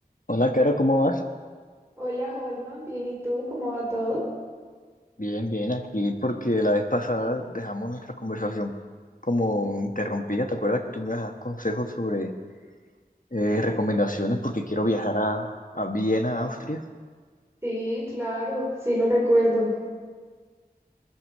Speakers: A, on the left; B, on the right.
A: Hola, Caro, ¿cómo vas?
B: Hola Holman, bien, ¿y tú? ¿Cómo va todo?
A: Bien, bien, aquí porque la vez pasada dejamos nuestra conversación como interrumpida. ¿Te acuerdas que tú me das consejos sobre eh, recomendaciones porque quiero viajar a, a Viena, Austria?
B: Sí, claro, sí lo recuerdo.